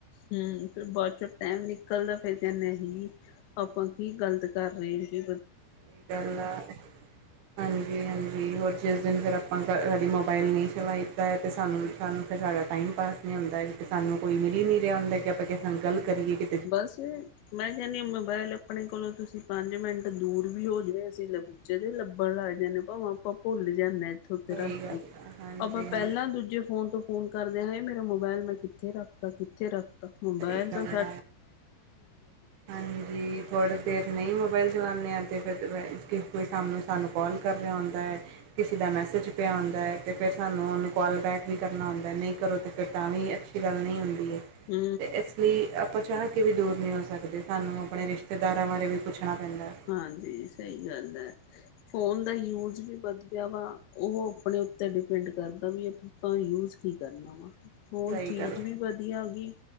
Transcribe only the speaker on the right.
ਸਈ ਗੱਲ ਐ, ਹਾਂਜੀ-ਹਾਂਜੀ, ਹੋਰ ਜਿਸ ਦਿਨ ਫਿਰ ਆਪਾਂ ਕੀ ਮੋਬਾਇਲ ਨਹੀਂ ਚਲਾਈ ਦਾ ਤੇ ਸਾਨੂੰ ਸਾਨੂੰ ਸਾਡਾ ਟਾਈਮ ਪਾਸ ਨਹੀਂ ਹੁੰਦਾ, ਕਿ ਸਾਨੂੰ ਕੋਈ ਮਿਲ ਹੀ ਨਹੀਂ ਰਿਹਾ ਹੁੰਦਾ ਕਿ ਆਪਾਂ ਕਿਸੇ ਨੂੰ ਗੱਲ ਕਰੀਏ ਕਿ
ਸਹੀ
ਗੱਲ
ਆ ਹਾਂਜੀ-ਹਾਂਜੀ
ਸਹੀ
ਗੱਲ ਹਾਂਜੀ ਥੋੜੀ ਦੇਰ ਨਹੀਂ ਮੋਬਾਇਲ, ਦੇ ਆ ਤੇ <unintelligible> ਫੇਰ ਕੋਈ ਸਾ ਸਾਨੂੰ ਕੋਲ ਕਰ ਰਿਹਾ ਹੁੰਦਾ, ਕਿਸੇ ਦਾ ਮੈਸੇਜ ਪਿਆ ਹੁੰਦਾ ਤੇ ਫਿਰ ਸਾਨੂੰ ਉਹਨੂੰ ਕੋਲ ਬੈਕ ਵੀ ਕਰਨਾ ਹੁੰਦਾ ਨਹੀਂ ਕਰੋ, ਤਾਂ ਫਿਰ ਤਾਂ ਵੀ ਅੱਛੀ ਗੱਲ ਨਹੀਂ ਹੁੰਦੀ ਆ।
ਤੇ ਇਸ ਲਈ ਆਪਾਂ ਚਾਹ ਕੇ ਵੀ ਦੂਰ ਨਹੀਂ ਹੋ ਸਕਦੇ, ਸਾਨੂੰ ਆਪਣੇ ਰਿਸ਼ਤੇਦਾਰਾਂ ਬਾਰੇ ਵੀ ਪੁੱਛਣਾ ਪੈਂਦਾ।
ਸਹੀ
ਗੱਲ